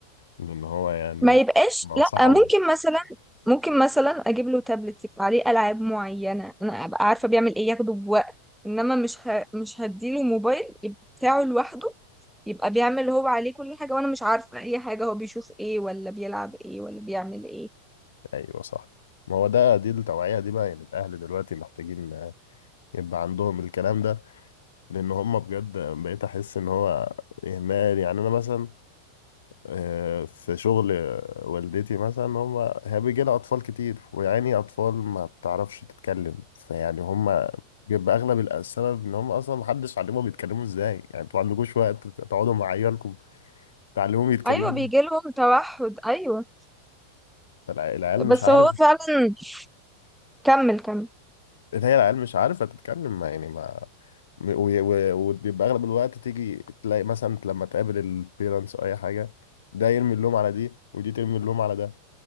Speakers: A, on the left; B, in the centre.
A: لأن هو يعني
B: ما يبقاش
A: ما
B: لا
A: هو صعب
B: ممكن مثلا ممكن مثلا اجيب له تابلت يبقى عليه العاب معينة انا ابقى عارفة بيعمل ايه ياخده بوقت انما مش ه... مش هديله موبايل يبقى بتاعه لوحده يبقى بيعمل هو عليه كل حاجة وانا مش عارفة اي حاجة هو بيشوف ايه ولا بيلعب ايه ولا بيعمل ايه
A: أيوه صح ما هو ده دي التوعية دي بقى يعني الأهل دلوقتي محتاجين آه، يبقى عندهم الكلام ده لأن هم بجد بقيت أحس إن هو إهمال يعني أنا مثلا آه، في شغل والدتي مثلا هم هي بيجي لها أطفال كتير ويعني أطفال ما بتعرفش تتكلم فيعني هم بيبقى أغلب الأ- السبب إن هم أصلا محدش علمهم يتكلموا إزاي يعني أنتوا ما عندكوش وقت تقعدوا مع عيالكم تعلموهم يتكلموا
B: ايوه بيجي لهم توحد ايوه
A: فالعيال مش
B: بس
A: عارف
B: هو فعلا كمل كمل
A: إن هي العيال مش عارفة تتكلم ما يعني ما م- و- و- وبيبقى أغلب الوقت تيجي تلاقي مثلا لما تقابل البيرنتس أو أي حاجة ده يرمي اللوم على دي ودي ترمي اللوم على ده